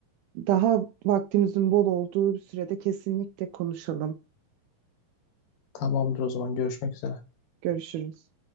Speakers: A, on the right; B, on the left.
A: daha vaktimizin bol olduğu bir sürede kesinlikle konuşalım.
B: Tamamdır o zaman görüşmek üzere.
A: Görüşürüz.